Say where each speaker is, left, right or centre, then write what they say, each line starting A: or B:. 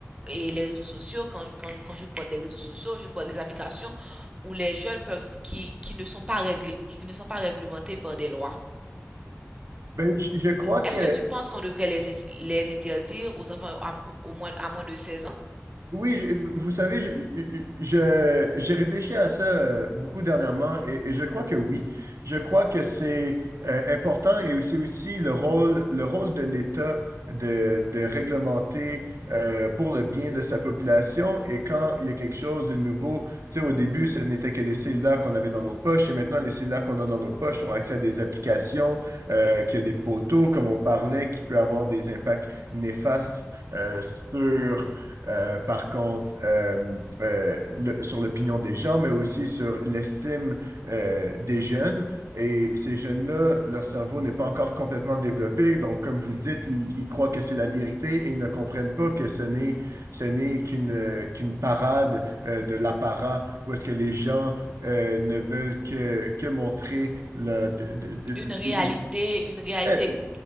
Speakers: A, on the right; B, on the right.
A: et les réseaux sociaux, quand, quand, je- quand je parle des réseaux sociaux, je parle des applications où les jeunes peuvent, qui, qui ne sont pas réglés, qui ne sont pas réglementés par des lois.
B: Ben, je, je crois
A: Est-ce
B: que
A: que tu penses qu'on devrait les, les interdire aux enfants à, au moins, à moins de seize ans?
B: Oui, je- vous savez, je, je- j'ai réfléchi à ça euh, beaucoup dernièrement et, et je crois que oui. Je crois que c'est euh, important et c'est aussi le rôle, le rôle de l'État de, de réglementer euh, pour le bien de sa population. Et quand il y a quelque chose de nouveau, tu sais, au début, ce n'était que les cellulaires qu'on avait dans nos poches et maintenant, les cellulaires qu'on a dans nos poches ont accès à des applications, euh, qui a des photos, comme on parlait, qui peut avoir des impacts néfastes euh, sur euh, par contre, euh, euh, le- sur l'opinion des gens, mais aussi sur l'estime euh, des jeunes. Et ces jeunes-là, leur cerveau n'est pas encore complètement développé. Donc, comme vous dites, ils, ils croient que c'est la vérité et ils ne comprennent pas que ce n'est, ce n'est qu'une euh, qu'une parade euh, de l'apparat où est-ce que les gens euh, ne veulent que, que montrer le, de- de- de- de-
A: Une réalité, une réalité,
B: eh,